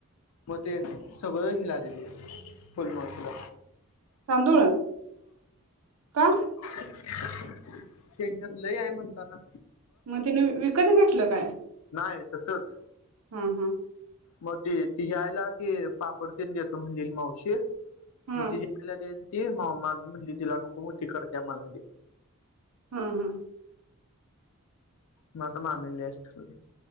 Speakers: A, on the left; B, on the right.
A: मग ते सगळं हिला दिली. पन्नाच किलो.
B: तांदूळा का?
A: <unintelligible> त्यांच्यात लय हाय म्हणताना.
B: मग तिने वी विकत घेतलं काय?
A: नाही तसच.
B: हा हा
A: मग ती तिच्या आईला ती पापड तेन देतो म्हणलेली मावशी.
B: हा
A: मग तिच्या आईला द्यायचं. ते मा मामी म्हणली तिला नको ती करत्या मला दे.
B: ह ह.
A: मग आता मामीला द्यायचं ठरवलं.